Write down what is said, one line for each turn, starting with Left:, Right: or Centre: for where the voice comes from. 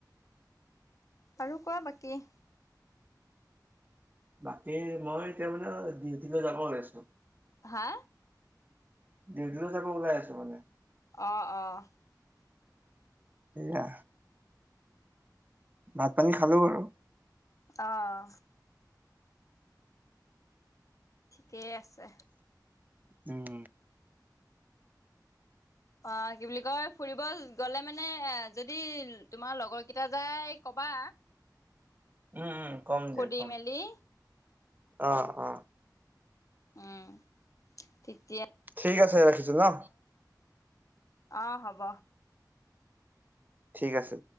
Left: আৰু কোৱা বাকী
Right: বাকী মই এতিয়া মানে ডিউটি লৈ যাব ওলাইছো
Left: হা
Right: ডিউটি যাব ওলাই আছো মানে
Left: অঁ অঁ
Right: সেয়া ভাত পানী খালো বাৰু
Left: অ অহ ঠিকেই আছে
Right: উম
Left: অ কি বুলি কয় ফুৰিব গলে মানে এ যদি তোমাৰ লগৰ কেইটা যাই কবা
Right: উম কম
Left: সুধি
Right: দিয়া কম
Left: মেলি
Right: অ অ
Left: উম তিতিয়া
Right: ঠিক আছে ৰাখিছো না
Left: অ হব
Right: ঠিক আছে